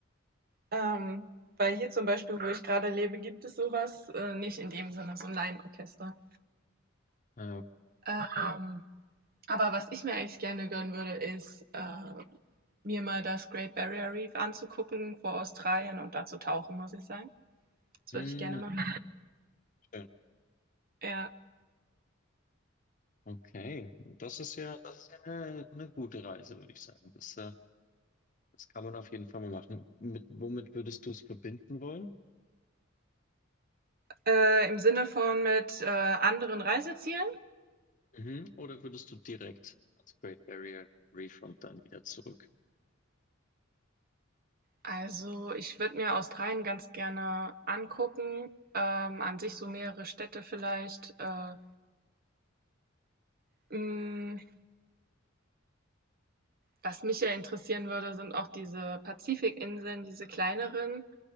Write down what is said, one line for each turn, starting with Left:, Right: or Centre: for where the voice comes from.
Right: Ähm, weil hier zum Beispiel, wo ich gerade lebe, gibt es sowas äh, nicht in dem Sinne, so ein Laienorchester.
Left: Äh,
Right: Ähm, aber was ich mir eigentlich gerne gönnen würde, ist, äh, mir mal das Great Barrier Reef anzugucken vor Australien und da zu tauchen, muss ich sagen. Das
Left: <laughs> hm,
Right: würde ich gerne machen.
Left: schön.
Right: Ja.
Left: Okay, das ist ja, das ist ja eine, eine gute Reise, würde ich sagen. Das, äh, das kann man auf jeden Fall mal machen. Mit, womit würdest du es verbinden wollen?
Right: Äh, Im Sinne von mit äh, anderen Reisezielen.
Left: Mhm. Oder würdest du direkt ans Great Barrier Reef und dann wieder zurück?
Right: Also ich würde mir Australien ganz gerne angucken. Ähm, an sich so mehrere Städte vielleicht. Äh, mh, Was mich ja interessieren würde, sind auch diese Pazifikinseln, diese kleineren.